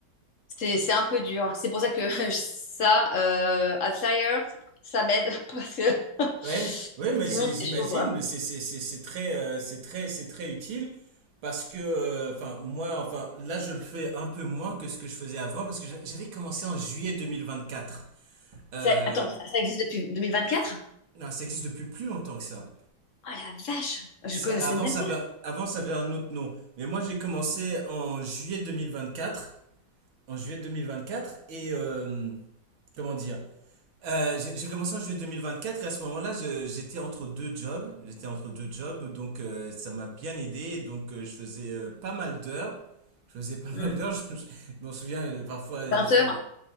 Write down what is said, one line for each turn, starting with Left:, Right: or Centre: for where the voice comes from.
Left: C'est, c'est un peu dur. C'est pour ça que <laughs> ça, euh, Outlier, ça m'aide <laughs> parce que <laughs>
Right: Ouais, ouais, mais
Left: sinon
Right: j'- j'imagine,
Left: c'est chaud quoi.
Right: mais c'est c'est- c'est- c'est très, euh, c'est très, c'est très utile parce que, euh, enfin, moi, enfin, là, je le fais un peu moins que ce que je faisais avant parce que j'a- j'avais commencé en juillet 2024. Euh,
Left: Ça- attends, ça, ça existe depuis deux mille vingt-quatre
Right: non, ça existe depuis plus longtemps que ça.
Left: Oh la vache, je
Right: Ça-
Left: connaissais
Right: Avant,
Left: même
Right: ça
Left: pas.
Right: avait, avant, ça avait un autre nom. Mais moi, j'ai commencé en juillet 2024, en juillet deux mille vingt-quatre, et euh, comment dire? Euh, j'ai j'ai commencé en juillet 2024 et à ce moment-là, je- j'étais entre deux jobs. J'étais entre deux jobs, donc euh, ça m'a bien aidé. Et Donc euh, je faisais euh, pas mal d'heures. Je faisais pas
Left: Hmm.
Right: mal d'heures. <laughs> Je, je m'en souviens euh, parfois. euh,
Left: 20
Right: je-
Left: heures.